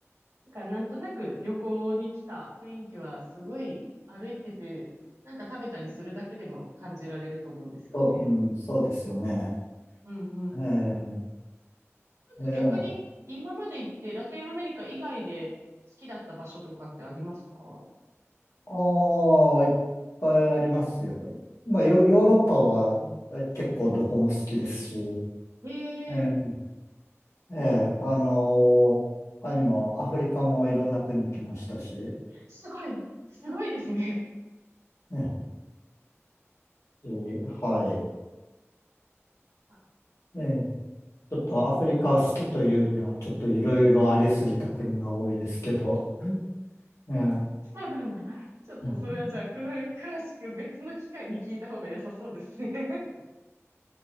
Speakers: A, on the right; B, on the left.
A: だからなんとなく旅行に来た雰囲気はすごい歩いてて、なんか食べたりするだけでも感じられると思うんですよね。
B: そう、うん、そうですよね。
A: うんうん。
B: え
A: っと逆に今まで行ってラテンアメリカ以外で好きだった場所とかってありますか
B: え。ええ。ああ、いっぱいありますよ。まあ、ヨ、
A: お
B: ヨーロッパはえ結構どこも好きですし、
A: えー
B: ええ、ええ、あのー他にもアフリカもいろんな国来ましたし、
A: すごい、すごいですね。
B: ねえーはい。
A: あ
B: ええちょっとアフリカ好きというには、ちょっといろいろありすぎた国が多いですけど、ええ
A: そうなんだ。ちょっとそれはじゃあ、
B: <laughs>
A: く、詳しく別の機会に聞いた方が良さそうですね。